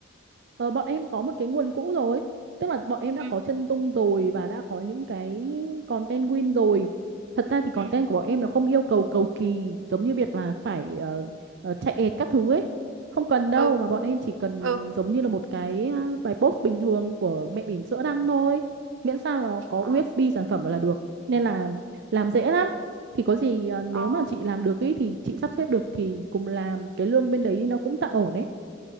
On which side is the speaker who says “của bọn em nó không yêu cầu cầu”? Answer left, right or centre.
Right